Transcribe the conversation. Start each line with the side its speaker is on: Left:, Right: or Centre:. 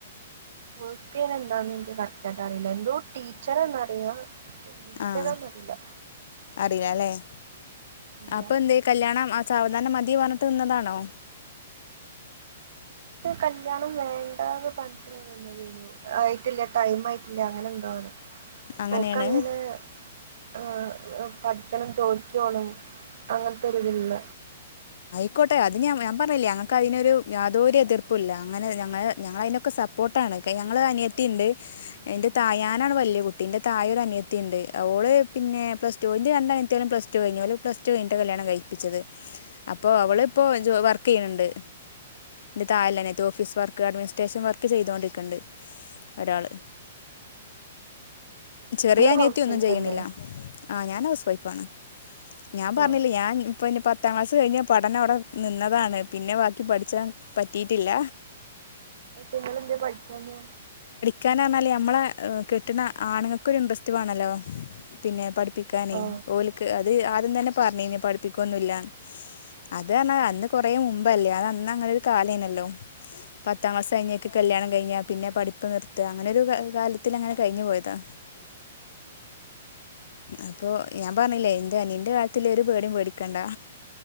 Right: പഠിഎന്താ എനിക്ക് കറക്റ്റ് ആയിട്ട് അറിയില്ല എന്തോ ടീച്ചർറിയാം എന്തിന്റെതാണെന്ന്
Left: ആഹ്
Right: അറിയില്ല
Left: <unintelligible>
Right: ഇല്ല
Left: അപ്പൊ എന്തേ കല്യാണം അ സാവധാനം മതി പറഞ്ഞിട്ട് നിന്നതാണോ
Right: കല്യാണം വേണ്ട എന്ന് പറഞ്ഞിട്ട് നിന്നതെയ്നു ആയിട്ടില്ല ടൈം ആയിട്ടില്ല അങ്ങനെ എന്തോ ആണ്
Left: അങ്ങനെയാണ്
Right: ഓക്ക് അങ്ങന് ആ പഠിക്കണം ജോലിക്ക് പോണം അങ്ങനത്തെ ഒരു ഇത് ഇല്ല
Left: ക്കോട്ടെ അത് ഞാ ഞാൻ പറഞ്ഞില്ലെ ഞങ്ങക്ക് അതിനൊരു യാതൊരു എതിർപ്പുല്ല അങ്ങനെ ഞങ്ങ ഞങ്ങള അതിനൊക്കെ സപ്പോർട്ടാണ് ഞങ്ങൾ അനിയത്തി ഇണ്ട് എൻ്റെ താഴെ ഞാനാണ് വലിയ കുട്ടി ഇന്റെ താഴെ ഒര് അനിയത്തി ഇണ്ട് ഓള് പിന്നെ പ്ലസ്ടു രണ്ട് അനത്തിയകളും പ്ലസ്ടു കഴിഞ്ഞ് ഓൾ പ്ലസ്ടു കഴിഞ്ഞ് <unintelligible> കല്യാണം കഴപ്പിച്ചത് അപ്പൊ അവളിപ്പോ ജൊ വർക് ചെയ്യണെണ്ട് ന്റെ താഴെള്ള അനിയത്തി ഓഫീസ് വർക്ക് അഡ്മിനിസ്ട്രേഷൻ വർക്ക് ചെയ്തൊണ്ടിരിക്കണെണ്ട് ഒരാള് ചെറിയ
Right: നിങ്ങൾ
Left: അനിയത്തി
Right: ഹൗസ്
Left: ഒന്നും
Right: വൈഫ്
Left: ചെയ്യുന്നില്ല
Right: അല്ലേ
Left: ആ ഞാൻ ഹൗസ് വൈഫ് ആണ് ഞാൻ പറഞ്ഞില്ലെ
Right: ആ
Left: ഞാൻ അപ്പ ഇനി പത്താം ക്ലാസ്സ് കഴിഞ്ഞ പഠനം അവിടെ നിന്നതാണ് പിന്നെ ബാക്കി പഠിച്ചാൻ പറ്റിട്ടില്ല
Right: നിങ്ങൾ എന്തേ പഠിക്കാഞ്ഞേ
Left: <unintelligible> ഞമ്മളെ കെട്ടണ ആണങ്ങക് ക്ക് ഒരു ഇൻട്രസ്റ്റ് വേണല്ലോ പിന്നെ പടി പഠിപ്പിക്കാനെ
Right: ആ
Left: ഓലി അത് ആദ്യം തന്നെ പറഞ്ഞേന് ഇനി പഠിപ്പിക്കൊന്നുല്ല അത് അന്ന് കുറെ മുമ്പല്ലേ അത് അന്ന് അങ്ങനെ ഒരു കാലേര്നല്ലോ പത്താം ക്ലാസ്സ് കഴിഞ്ഞ്ക്ക് കല്യാണം കഴിഞ്ഞാൽ പിന്നെ പഠിപ്പ് നിർത്തുക അങ്ങനെരു കാലത്തി അങ്ങനെ കഴിഞ്ഞു പോയതാ അപ്പൊ ഞാൻ പറഞ്ഞില്ലേ എന്റെ അനീന്റെ കാലത്തിൽ ഒരു പേടിയും പേടിക്കണ്ടാ